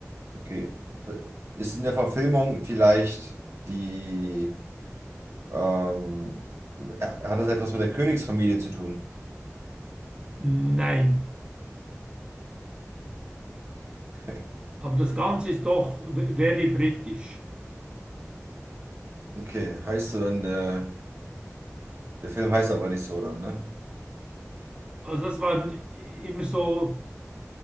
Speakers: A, on the right; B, on the right.
A: Okay. Ist in der Verfilmung vielleicht die, ähm, ja, hat das etwas mit der Königsfamilie zu tun?
B: Nein.
A: <laughs> Okay.
B: Aber das Ganze ist doch v- very britisch.
A: Okay, heißt so dann, der, der Film heißt aber nicht so dann, ne?
B: Also das waren immer so